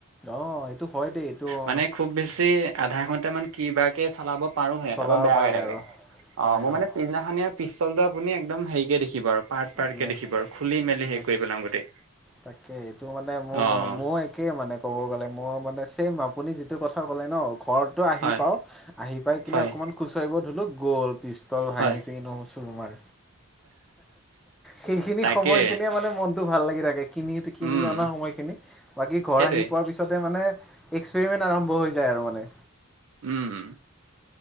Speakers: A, in the centre; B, on the right (about 70°).
A: অ', এইটো হয় দেই এইটো অ'
B: মানে খুব বেছি আধা ঘন্টামান কি বা চলাব পাৰোহে
A: চলাব
B: তাৰপা বেয়া
A: পাৰে
B: হৈ থাকে।
A: আৰু
B: অ',
A: হয়
B: মোৰ
A: হয়
B: মানে পিছদিনাখনিয পিষ্টলটো আপুনি একদম হেৰিকে দেখিব আৰু পাৰ্ট-পাৰ্ট
A: য়েছ
B: দেখিব আৰু খুলি মেলি
A: য়েছ
B: হেৰি কৰি পেলাও গোটেই
A: তাকে, এইটো মানে মোৰ
B: অ'
A: মন মই একে মানে ক'ব গ'লে মই মানে ছেম! আপুনি যিটো কথা ক'লে ন' ঘৰতটো আহি
B: হয়
A: পাওঁ, আহি পাই কিনে
B: হয়
A: অকনমান খোজকাঢ়িব ধৰি লওক গ'ল পিষ্টল ভাঙি-ছিঙি
B: হয়
A: ন' চুৰমাৰ। সেইখিনি
B: তাকে
A: সময়খিনিয়ে মানে মনটো ভাল লাগি থাকে। কিনি, কিনি
B: উম
A: অনা সময়খিনি বাকী ঘৰ
B: সেইটোৱে
A: আহি পোৱাৰ পিছতে মানে এক্সপেৰিমেণ্ট আৰম্ভ হৈ যায় আৰু মানে
B: উম',